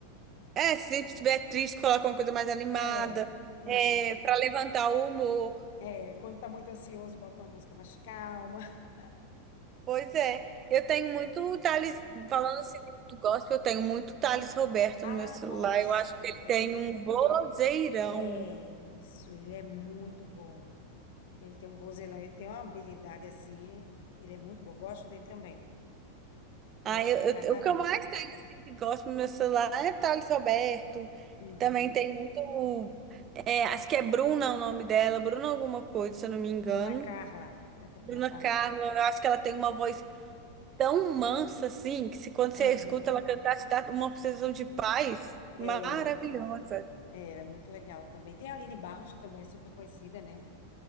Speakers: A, on the right (about 30°); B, on the left (about 50°).
A: É, se a gente estiver triste, coloca uma coisa mais animada,
B: É, isso.
A: é, para levantar o humor.
B: É, quando tá muito ansioso, bota uma música mais calma. <laughs>
A: Pois é, eu tenho muito Thales, falando assim do gospel, eu tenho muito Thales Roberto
B: Ah,
A: no meu celular,
B: gosto.
A: eu acho que ele
B: É,
A: tem
B: mi-
A: um vozeirão.
B: é isso, ele é muito bom. Ele tem um vozelão, ele tem uma habilidade assim. Ele é muito bom. Gosto dele também. Gosto
A: Ah, eu,
B: pra caramba.
A: eu- o que eu mais tenho, assim, que gosto no meu celular é Thales Roberto.
B: Uhum.
A: Também tem muito. é, acho que é Bruna o nome dela, Bruna alguma coisa, se eu não me engano.
B: Bruna Carla. Será que é Bruna
A: Bruna
B: Carla?
A: Carla, eu acho que ela tem uma voz tão mansa, assim, que se, quando você
B: Aham.
A: escuta ela cantar, te dá uma sensação de paz maravilhosa.
B: É. É, ela é muito legal também. Tem a Aline Barros, que também é super conhecida, né?